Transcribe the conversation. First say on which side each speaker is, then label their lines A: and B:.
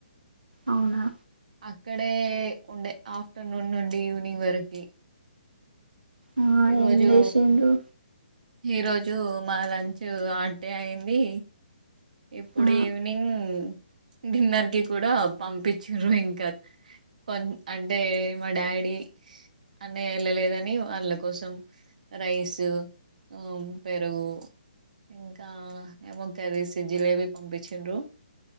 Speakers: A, on the right; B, on the right.
A: అవునా
B: అక్కడే ఉండే ఆఫ్టర్నూన్ నుండి ఈవినింగ్ వరకి
A: ఆ
B: ఈరోజు
A: ఏం చేసిండ్రు
B: ఈ రోజు మా లంచ్ ఆడ్డే అయింది ఇప్పుడు
A: ఆ
B: ఈవినింగ్ డిన్నర్ కి కూడా పంపించ్రు ఇంకా కొన్ అంటే మా డాడీ అన్నయ వెళ్ళలేదని వాళ్ళ కోసం రైస్ ఆ పెరుగు ఇంకా ఏమో కరీస్ జిలేవి పంపించిండ్రు